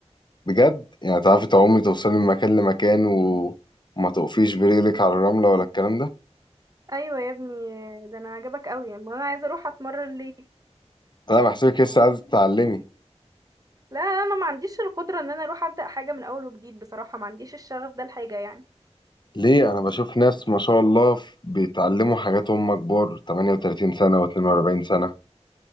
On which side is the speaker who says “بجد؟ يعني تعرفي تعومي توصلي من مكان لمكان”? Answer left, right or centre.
Left